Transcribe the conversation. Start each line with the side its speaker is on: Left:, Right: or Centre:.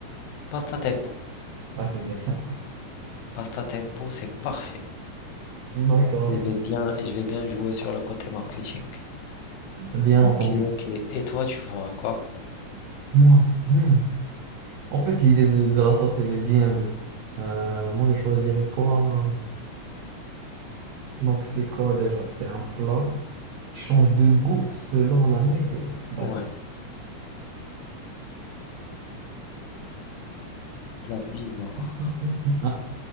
Left: Pasta tempo.
Right: Là, c'est bien. <laughs>
Left: Pasta tempo, c'est parfait.
Right: D'accord.
Left: Et je vais bien, et je vais bien jouer sur le côté marketing.
Right: Bien
Left: Ok,
Right: entendu.
Left: ok. Et toi, tu feras quoi?
Right: Moi, hmm. En fait, l'idée de, de la sauce, elle est bien vue. Euh, moi, je choisirais quoi? Donc, c'est quoi déjà? C'est un plat. Qui change de goût selon la météo. D'accord.
Left: Ouais, plat bizarre.
Right: Hein?